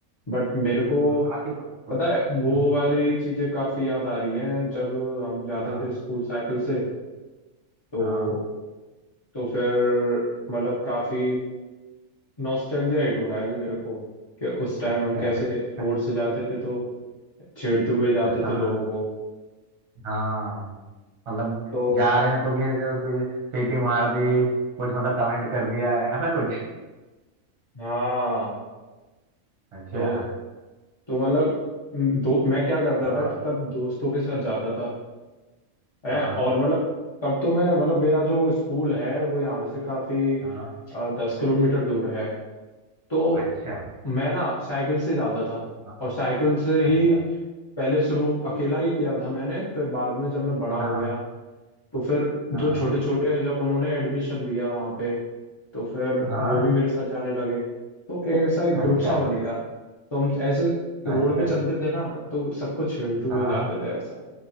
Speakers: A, on the left; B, on the right.
A: बट मेरे को
B: हम्म, आप ही तो सबको
A: पता है वो
B: हम्म
A: वाली चीजें काफी याद आ रही हैं जब हम जाते
B: हाँ
A: थे स्कूल साइकिल से तो
B: हाँ
A: तो फिर मतलब काफी नॉस्टैल्जिया हिट हो रहा है अभी मेरे को कि उस
B: अच्छा
A: टाइम हम कैसे रोड
B: <laughs>
A: से जाते थे तो छेड़ते हुए जाते
B: हाँ
A: थे लोगों को
B: हाँ मतलब
A: तो
B: जा रहे हैं तो किसी को कुछ सीटी मार दी कुछ मतलब कमेंट कर दिया ऐसा कुछ
A: हाँ
B: अच्छा
A: तो तो मतलब म, दो मैं क्या करता
B: हाँ
A: था कि तब दोस्तों के साथ जाता था है
B: हाँ
A: और मतलब तब तो मैं मतलब मेरा जो स्कूल है वो यहाँ से काफी अ,
B: हाँ
A: दस किलोमीटर दूर है तो
B: अच्छा
A: मैं ना साइकिल से जाता था
B: हाँ
A: और साइकिल से
B: अच्छा
A: ही पहले शुरू अकेला ही किया था मैंने फिर बाद में जब मैं बड़ा
B: हाँ
A: हो गया तो फिर जो
B: हाँ
A: छोटे छोटे हैं, जब उन्होंने एडमिशन लिया वहाँ पे तो फिर
B: हाँ
A: वो भी मेरे साथ जाने लगे तो एक ऐसा एक ग्रुप
B: अच्छा
A: सा बन गया तो हम ऐसे
B: अच्छा
A: रोड पे चलते थे ना तो सबको छेड़ते हुए
B: हाँ
A: जाते थे ऐसा